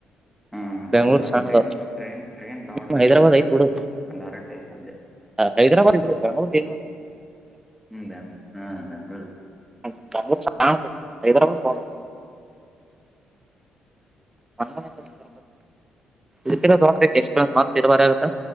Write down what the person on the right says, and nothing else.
ಬೆಂಗಳೂರ್
ಸಣ್ಣದು
ನೀ ಹೈದ್ರಾಬಾದ್
ಐತ್ಬಿಡು
ಹೈದ್ರಾಬಾದ್ <unintelligible>
ಬೆಂಗಳೂರ ಸಣ್ಣದು ಹೈದ್ರಾಬಾದ್ ದೊಡ್ ಮೊನ್ ಮೊನ್ನೆ <unintelligible> ಇದಕ್ಕೆರ ತಗೋಬೇಕ <unintelligible> ಮತ್ ಇರಬಾರ ಆಗತ್ತ.